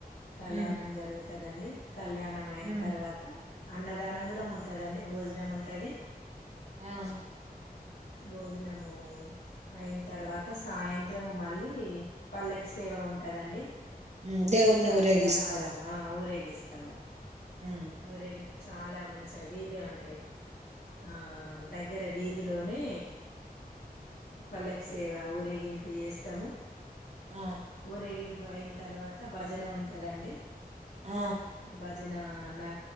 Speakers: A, on the left; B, on the right.
A: కళ్యాణం
B: ఉమ్
A: జరుగుతుదండి కళ్యాణం అయిన
B: ఉమ్
A: తర్వాత అన్నదానం కూడా ఉంటదండి భోజనం ఉంటది
B: ఆ
A: భోజనము అయిన తర్వాత సాయంత్రము మళ్ళీ పల్లెకి సేవ ఉంటదండి
B: హ్మ్ దేవుణ్ణి
A: ఉత్సవ
B: ఊరేగిస్తారా?
A: విగ్రహాలను ఆ ఊరేగిస్త స్తాము
B: హ్మ్.
A: ఊరేగింపు చాలా మంచిగా వీధి అంటే ఆ దగ్గర వీధిలోనే పల్లకి సేవ ఊరేగింపు చేస్తాము
B: ఆ!
A: ఊరేగింపు అయిన తర్వాత భజన ఉంటదండి
B: ఆ!
A: భ జన నా